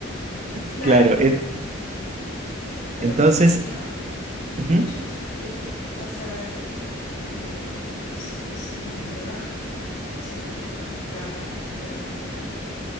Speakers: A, on the right (about 35°); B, on the left (about 85°).
A: <laughs>
B: Claro,
A: claro. en-
B: pero
A: entonces,
B: me parecería mucho
A: ujú,
B: más aburrido tener que pasar eh, pues el resto de mi vida <laughs> solamente conectada a través de internet.